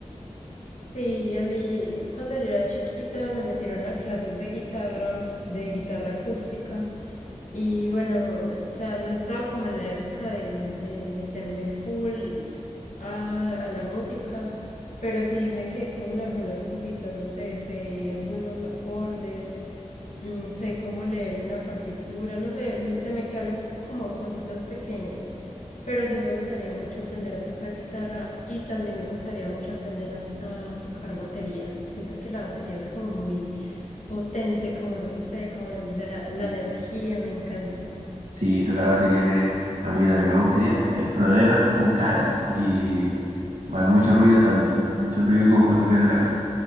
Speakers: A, on the left; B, on the right.
A: Sí, a mí cuando yo era chiquita me metieron a clases de guitarra, de guitarra acústica. Y bueno, o sea, no estaba como en la época de, de meterme full a, a la música, pero sí me quedé con algunas cositas, no sé, sé algunos acordes, mm, sé cómo leer una partitura, no sé, se me quedaron como cositas pequeñas. Pero sí me gustaría mucho aprender a tocar guitarra y también me gustaría mucho aprender a, a tocar batería. Siento que la batería es como muy potente, como no sé, como la, la
B: Sí,
A: energía, me encanta.
B: Sí, tocar batería es- a mí también me gustaría. El problema es que son caras y bueno, mucho ruido también, mucho ruido como para tocar en la casa.